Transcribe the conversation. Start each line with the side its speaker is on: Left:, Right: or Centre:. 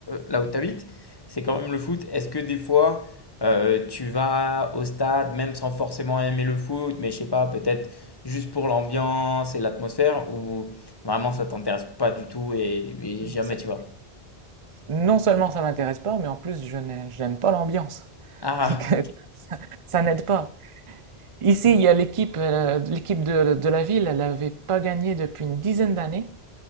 Left: là où t'habites, c'est quand même le foot. Est-ce que des fois euh, tu vas au stade même sans forcément aimer le foot, mais je sais pas, peut-être juste pour l'ambiance et l'atmosphère, ou vraiment ça t'intéresse pas du tout et, et jamais
Right: C'est-
Left: tu vas?
Right: Non seulement ça m'intéresse pas, mais en plus, je n'ai- je n'aime pas l'ambiance.
Left: Ah,
Right: Donc
Left: ok.
Right: euh, <laughs> ça, ça n'aide pas. Ici, il y a l'équipe, euh, l'équipe de, de la ville, elle n'avait pas gagné depuis une dizaine d'années.